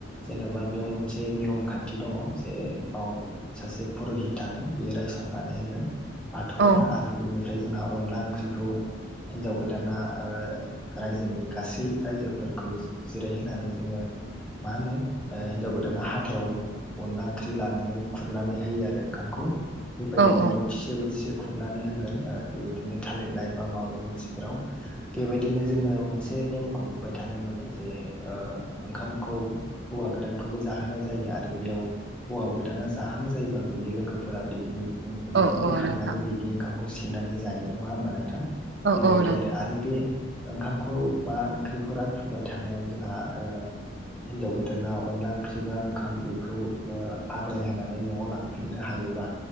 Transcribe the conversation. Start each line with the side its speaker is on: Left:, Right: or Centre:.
Centre: जेन'बा बेयाव मोन से नियम खान्थि दङ जे बाव सासे पुरहित थागोन बियो रायसंनानै होगोन बाथौआवनो
Right: औ
Centre: आरो बिनिफ्राय जोंहा अनला ओंख्रिखौ हिन्जाव गोदाना ओ रायजोनि गासै रायजोफोरखौ जिरायहोनानै जोंङो मा होनो ओ हिन्जाव गोदाना हाथायाव अनला ओंख्रि लानानै खुरनानै होयो आरो ओंखामखौ बेबायदिनो
Right: औ
Centre: बोथिसे बोथिसे खुरनानै होगोन बिदिनो थालिर लाइ बा माबा मोनसेफोराव बेबायदिनो जोङो मोनसे नेमखौ नुबाय थानो मोनो जे ओ ओंखामखौ हौवा गोदानखौबो जाहोनाय जायो आरो बेयाव हौवा गोदाना जाहां जायोबा बिनि लोगोफोरा बिनि
Right: औ
Centre: बेखौ बोखांनानै
Right: औ नोंथां
Centre: बिनि ओंखामखौ सेनानै जायो नङा होमबा नोंथां
Right: औ
Centre: बेबायदि
Right: औ नोंथां
Centre: आरो आरो बे ओंखामखौ बा ओंख्रिखौ रानफुबाय थानायाव जोंहा ओ हिन्जाव गोदाना अनला ओंख्रि बा ओंखाम बेखौ ओ आग्लाय होनानै न'आव लां फिननो हायोबा